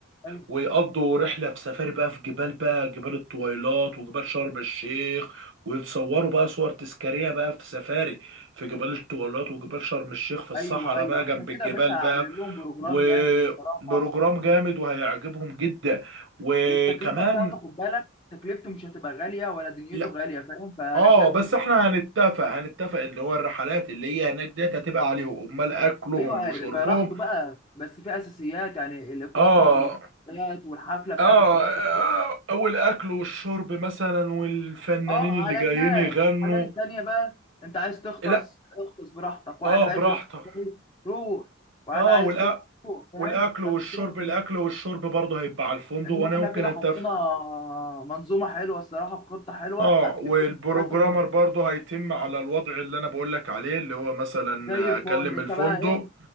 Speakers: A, on the left; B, on the right.
A: ايوه
B: ويقضوا رحله في سفاري بقى في جبال بقى جبال الطويلات وجبال شرم الشيخ ويتصوروا بقى صور تذكاريه بقى في سفاري في جبال الطويلات وجبال شرم الشيخ في الصحراء
A: ايوه ايوه
B: بقى جنب
A: احنا كده
B: الجبال
A: يا باشا عاملين
B: بقى
A: لهم بروجرام
B: وبروجرام
A: جامد الصراحة
B: جامد وهيعجبهم جدا وكمان
A: والتكلفة بتاعته خد بالك تكلفته مش هتبقى غالية ولا دنيته
B: لا
A: غالية فاهم فانا
B: اه
A: شايف
B: بس
A: ان
B: احنا هنتفق هنتفق اللي هو الرحلات اللي هي هناك ديت هتبقى عليهم امال اكلهم
A: ايوه
B: وشربهم
A: هيبقى راحته بقى بس في اساسيات يعني الاقامه
B: آه
A: والاستاد والحفله بتاعت
B: آه
A: التخطيط
B: آه، والأكل والشرب مثلا والفنانين
A: اه
B: اللي
A: على
B: جايين
A: الناس
B: يغنوا
A: الحاجات التانيه بقى انت عايز تغطس
B: لا
A: اغطس براحتك واحد
B: آه
A: عايز
B: براحتك
A: يروح مكان، روح واحد
B: آه
A: عايز
B: والأ...
A: كده روح فاهم
B: والأكل
A: فانا
B: والشرب
A: شايف ان
B: الأكل والشرب برضه هيبقى على الفندق
A: إن
B: وأنا
A: احنا
B: يمكن
A: كده
B: أتفق
A: حطينا منظومه حلوه الصراحه وخطه حلوه
B: اه
A: اكتيفيتي
B: والبروجرامر
A: مثلا
B: برضه هيتم على الوضع اللي انا بقولك عليه اللي هو مثلا
A: زي الفل
B: اكلم
A: انت
B: الفندق
A: بقى ايه